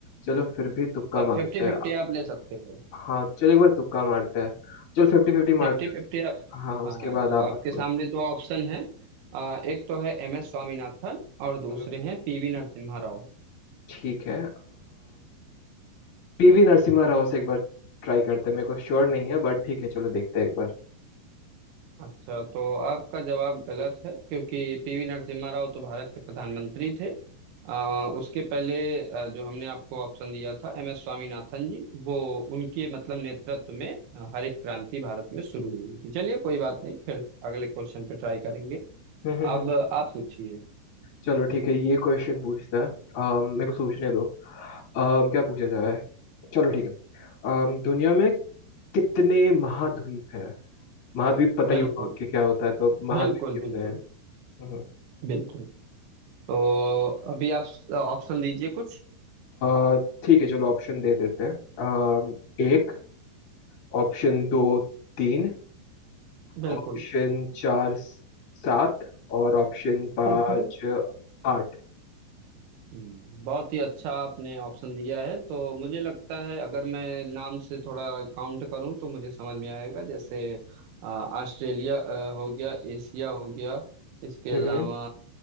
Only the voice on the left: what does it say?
चलो फिर भी तुक्का मारते
हैं
हाँ चलो एक बार तुक्का मारते हैं चलो फिफ्टी फिफ्टी
मारते
हैं
हाँ उसके
बाद
आप
बताओ।
हम्म।
ठीक है पीवी नरसिम्हा राव से एक बार ट्राई करते हैं मेरे को श्योर नहीं है बट ठीक है चलो देखते हैं एक बार
हम्म हम्म,
हम्म।
चलो ठीक है ये क्वेश्चन पूछता है अम, मेरे को सोचने दो अम, क्या पूछा जाए चलो ठीक है अम, दुनिया में कितने महाद्वीप हैं महाद्वीप पता
ही होगा कि क्या होता है तो महाद्वीप
कितने
हैं हम्म। हम्म।
अ, ठीक है चलो ऑप्शन दे देते हैं अम, एक ऑप्शन दो तीन
ऑप्शन चार सात और ऑप्शन पाँच
आठ
हम्म